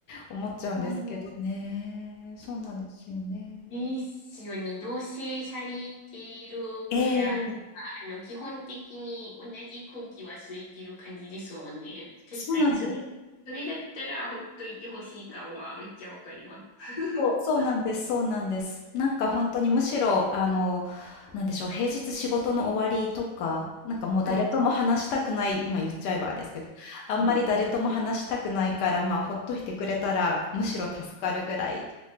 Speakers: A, on the left (about 75°); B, on the left (about 30°).
A: 思っちゃうんですけどね。
B: あの
A: そうなんですよね。
B: ですよね。同棲されているから、
A: ええ、
B: あの、基本的に同じ空気は吸いてる感じですもんね。確かに、
A: そうなんですよ
B: それ、それだったらほっといてほしい感はめっちゃわかります。<laughs>
A: そう、そうなんです、そうなんです。なんか本当にむしろ、あの、なんでしょう、平日仕事の終わりとか、なんかもう誰とも話したくない、
B: はい。
A: まあ言っちゃえばですけど、あんまり誰とも話したくないから、まあほっといてくれたらむしろ助かるぐらい